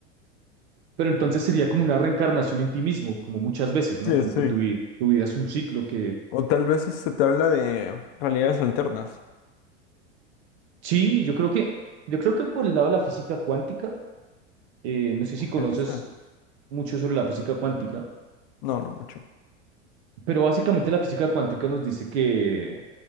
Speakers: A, on the right; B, on the left.
A: Pero entonces sería como una reencarnación en ti mismo, como muchas veces, ¿no?
B: Sí,
A: Como
B: sí.
A: que tu, vi- tu vida es un ciclo que...
B: O tal vez se te habla de realidades alternas.
A: Sí, yo creo que, yo creo que por el lado de la física cuántica, eh, no sé si
B: Podría
A: conoces
B: ser.
A: mucho sobre la física cuántica,
B: No, no mucho.
A: pero básicamente la física cuántica nos dice que